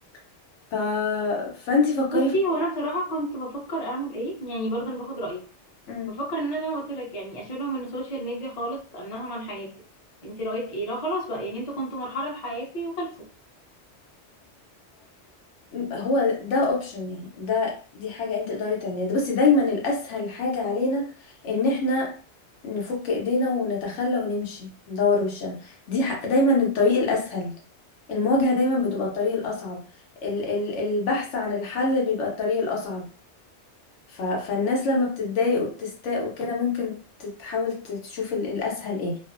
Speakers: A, on the left; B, on the left.
A: <laughs> ف... فانتي فكري
B: بصي
A: في
B: هو انا بصراحه كنت بفكر اعمل ايه يعني برضه انا باخد رايك
A: مم.
B: بفكر ان انا زي ما قلت لك يعني اشيلهم من السوشيال ميديا خالص انهم عن حياتي انتي رايك ايه لا خلاص بقى يعني انتوا كنتوا مرحله في حياتي وخلصت
A: هو ده اوبشن يعني ده دي حاجة انت تقدري تعمليها بس دايما الاسهل حاجة علينا ان احنا نفك ايدينا ونتخلى ونمشي ندور وشنا دي ح- دايما الطريق الاسهل المواجهة دايما بتبقى الطريق الاصعب ال ال البحث عن الحل بيبقى الطريق الاصعب ف... فالناس لما بتتضايق وبتستاء وكده ممكن تحاول تشوف ال- الأسهل ايه